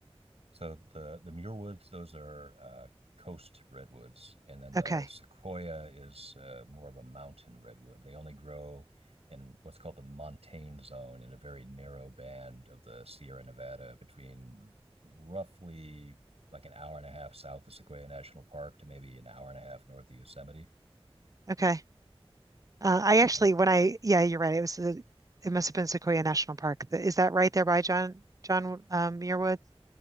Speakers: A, on the right (about 75°); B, on the right (about 35°).
A: So the the muir woods, those are uh, coast redwoods, and then the
B: Okay.
A: sequoia is uh, more of a mountain redwood. They only grow in what's called the montane zone in a very narrow band of the Sierra Nevada between roughly like an hour and a half south of Sequoia National Park to maybe an hour and a half north of Yosemite.
B: Okay. Uh, I actually,
A: And it,
B: when I, yeah, you're right. It was the, it must have been Sequoia National Park. Th- Is that right there by John John um, Muir